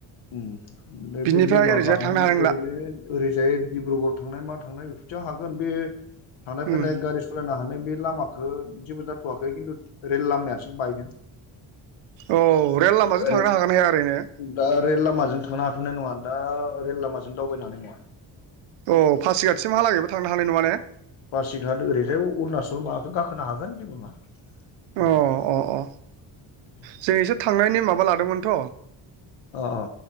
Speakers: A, on the left (about 70°); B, on the right (about 65°).
A: उम ओमफ्राय
B: बिनिफ्राय
A: बे दैमा
B: ओरैजाय
A: बारनानै
B: थांनो हानाय नंला
A: ओरैजाय ओरैजाय डि्बरुगर थांनाय मा थांनाय बेैफोदिआव हागोन बे थांलाय
B: उम
A: फैलाय गारि सलाइनो हानाय ब बे लामाखो जेबो जाथ'वाखै खिन्थु रेल लामायासो बायदों।
B: औ रेल लामाजों
A: ओरै
B: थांनो हागोना हाया ओरैनो?
A: दा रेल लामाजों थांनो हाथनाय नङा। दा रेल लामाजों दावबायनो हानाय नङा।
B: अ पासिघाटसिमहालागैबो थांनो हानाय नङा ने?
A: पारसिघात ओरैहाय अरुणाचल माबादो गाखोनो हागोन जेबो नङा।
B: अ
A: उम-
B: अ जों एसे थांनायनि माबा लादोंमोनथ'।
A: अ अ